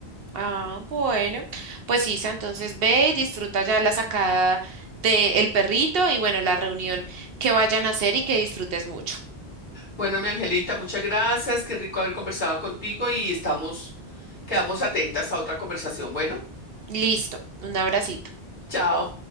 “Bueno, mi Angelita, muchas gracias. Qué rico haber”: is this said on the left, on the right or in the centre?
Left